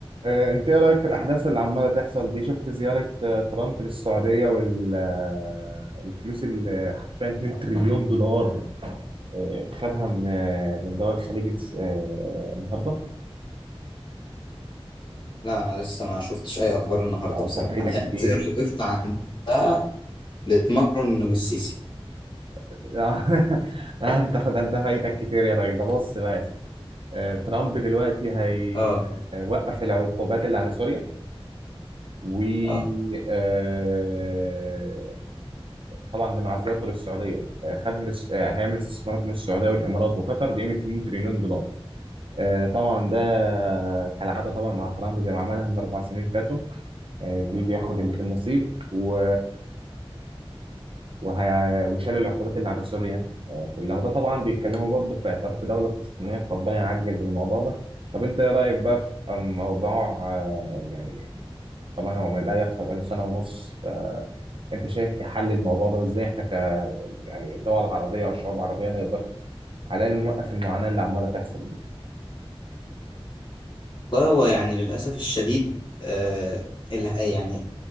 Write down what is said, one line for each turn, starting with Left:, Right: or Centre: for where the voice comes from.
Right: آه، انت ايه رايك في الاحداث اللي عماله تحصل دي شفت زياره آه، ترامب للسعوديه وال آه، والفلوس اللي حرفيا 2 تريليون دولار آه، خدها من آه، من دول الخليج الس- آه، النهارده
Left: لا انا لسه ما شفتش اي اخبار النهارده
Right: انت
Left: بصراحه
Right: فايتك
Left: انا قاعد
Right: كتير
Left: زي ما وقفت عندها لماكرون والسيسي
Right: <laughs> آه، انت انت فايتك كتير يا راجل ده بص بقى يا سيدي آه، ترامب دلوقتي هيوقف
Left: اه
Right: العقوبات اللي على سوريا و
Left: اه
Right: آه، طبعا ده مع زيارته للسعوديه آه، خد من الس- آه، هيعمل استثمارات من السعوديه والامارات وقطر بقيمه 2 تريليون دولار آه، طبعا ده كالعاده طبعا مع ترامب زي ما عملها من اربع سنين فاتوا آه، بيجي ياخد اللي في النصيب و... وهي... وشال العقوبات اللي على سوريا آه، كلها وده طبعا بيتكلموا برضه في اعتراف بدوله فلسطينيه فربنا يعجل بالموضوع ده طب انت ايه رايك بقى في آه، موضوع آه، يعني طبعا هو لا يخفى بقاله سنه ونص فانت شايف ايه حل الموضوع ده وازاي احنا يعني دول عربية أو شعوب عربية نقدر على الأقل نوقف المعاناة اللي عمالة تحصل دي
Left: والله هو يعني للاسف الشديد آه الح- يعني